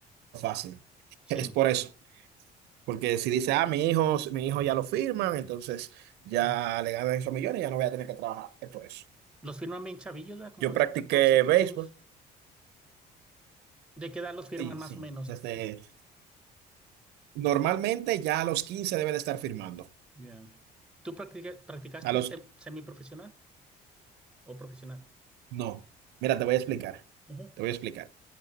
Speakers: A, on the right (about 80°); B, in the centre.
A: fácil. <laughs>
B: Sí,
A: Es por eso. Porque si dice, ah, mi hijo, mi hijo ya lo firman, entonces ya
B: ya.
A: le ganan esos millones, ya no voy a tener que trabajar. Es por eso.
B: Los firman bien chavillos, ¿verdad? Como
A: Yo
B: de
A: practiqué
B: 14 a 15
A: béisbol.
B: años. ¿De qué edad los firman
A: Sí,
B: más
A: sí.
B: o menos?
A: Desde, normalmente ya a los 15 debe de estar firmando.
B: Ya. ¿Tú practica- practicaste
A: A los,
B: sem- semiprofesional o profesional?
A: no. Mira, te voy a explicar.
B: Ujú.
A: Te voy a explicar.